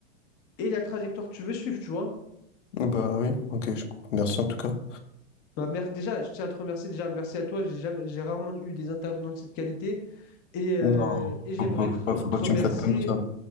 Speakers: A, on the left; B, on the left.
A: et la trajectoire que tu veux suivre, tu vois.
B: Ah Bah oui, ok, je- merci en tout cas.
A: Bah, mer- déjà, je tiens à te remercier, déjà, merci à toi, j'ai jamais, j'ai rarement eu des intervenants de cette qualité et, euh,
B: Non,
A: et j'aimerais
B: faut, faut- faut
A: te, re-
B: pas faut pas
A: te
B: que
A: remercier.
B: tu me flattes comme ça.